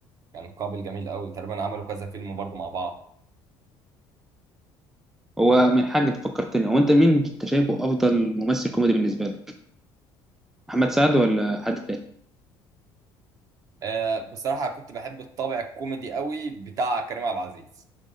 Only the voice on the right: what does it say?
كان قابل جميل قوي تقريبا عملوا كذا فيلم برضه مع بعض
آه، بصراحة كنت بحب الطابع الكوميدي قوي بتاع كريم عبد العزيز